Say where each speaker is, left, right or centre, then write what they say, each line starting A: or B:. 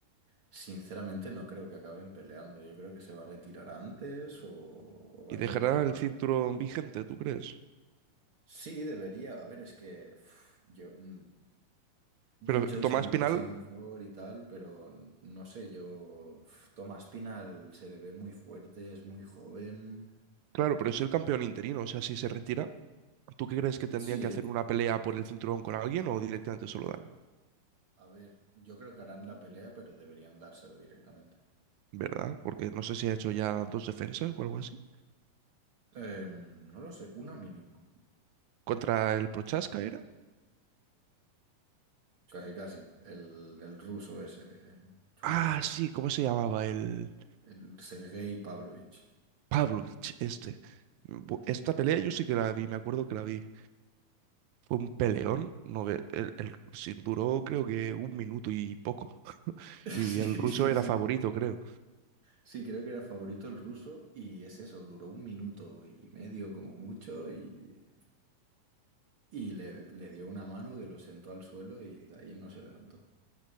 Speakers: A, on the right; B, on the right.
A: sinceramente no creo que acaben peleando. Yo creo que se va a retirar antes o, o va
B: ¿Y
A: a
B: dejará
A: encontrar una...
B: el cinturón vigente, tú crees?
A: Sí, debería. A ver, es que uf, yo, mm,
B: Pero
A: John Jones
B: Tomás
A: es el,
B: Pinal
A: es el mejor y tal, pero no sé, yo... uf, Thomas Pinal se le ve muy fuerte, es muy joven.
B: Claro, pero es el campeón interino, o sea, si se retira, ¿tú qué crees que tendría
A: Sí,
B: que hacer una pelea por el cinturón con alguien o directamente se lo dan?
A: a ver, yo creo que harán la pelea, pero deberían dárselo directamente.
B: ¿Verdad? Porque no sé si ha hecho ya dos defensas o algo así.
A: Em, no lo sé, una mínimo.
B: ¿Contra el Prochaska era?
A: Casi, casi. El, el ruso ese eh, chungo.
B: Ah, sí, ¿cómo se llamaba? El
A: El Sergei Pavlovich. <laughs>
B: Pavlovich, este. Bu- Esta pelea yo sí que la vi, me acuerdo que la vi. Fue un peleón, no ve- el, el- sí, duró creo que un minuto y poco. Y
A: Sí,
B: el ruso
A: sí,
B: era
A: sí.
B: favorito, creo.
A: Sí, creo que era favorito el ruso y es eso, duró un minuto y medio como mucho y, y le, le dio una mano que lo sentó al suelo y de ahí no se levantó.